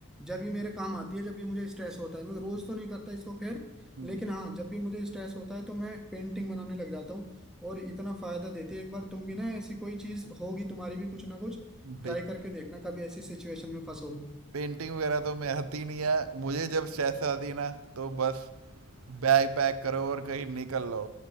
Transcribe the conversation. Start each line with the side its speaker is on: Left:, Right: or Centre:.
Centre: जब भी मेरे काम आती है जब भी मुझे स्ट्रेस होता है मैं रोज तो नहीं करता इसको खैर
Right: हम्म
Centre: लेकिन हाँ जब भी मुझे स्ट्रेस होता है तो मैं पेंटिंग बनाने लग जाता हूँ और इतना फायदा देती है एक बार तुम भी ना ऐसी कोई चीज होगी तुम्हारी भी कुछ ना कुछ
Right: भाई
Centre: ट्राई करके देखना कभी ऐसी सिचुएशन में फंसो
Right: पेंटिंग वगैरह तो मैं आती नहीं है मुझे जब स्ट्रेस आती ना तो बस बैग पैक करो और कहीं निकल लो